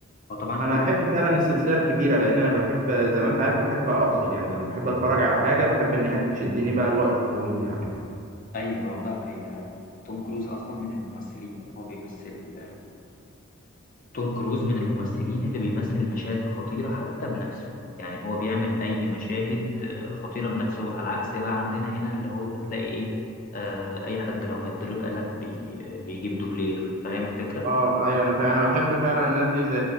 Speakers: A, on the left (about 40°); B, on the right (about 35°).
A: هو طبعا كل
B: أنا أحب فعلا السلسلة الكبيرة لأن أنا بحب زي ما أنت عارف بحب أفصل يعني لما بحب أتفرج على حاجة بحب إن هي تشدني بقى الوقت طويل يعني
A: ايوه لا هي توم كروز اصلا من الممثلين هو بيمثل توم كروز من الممثلين اللي بيمثل المشاهد الخطيره حتى بنفسه يعني هو بيعمل اي مشاهد آه، خطيره بنفسه على عكس بقى عندنا هنا اللي هو بتلاقي ايه آه اي حد لو هيتضرب قلم بي آه، بيجيب دوبلير فاهم الفكره
B: اه ايوه انا فا... انا بحب فعلا الناس دي زي